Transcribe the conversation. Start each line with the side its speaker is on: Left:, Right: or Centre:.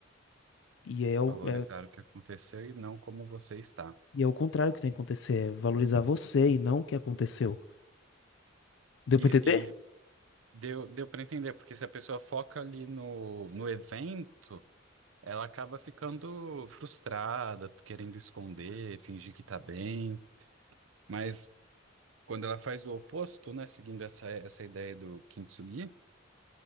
Left: E é o,
Right: valorizar
Left: é,
Right: o que aconteceu e não como você está.
Left: e é o contrário que tem que acontecer, é valorizar você e não o que aconteceu. Deu
Right: E,
Left: pra entender?
Right: e deu, deu para entender, porque se a pessoa foca ali no, no evento. Ela acaba ficando frustrada, querendo esconder, fingir que tá bem. Mas quando ela faz o oposto, né, seguindo essa, essa ideia do Kintsugi,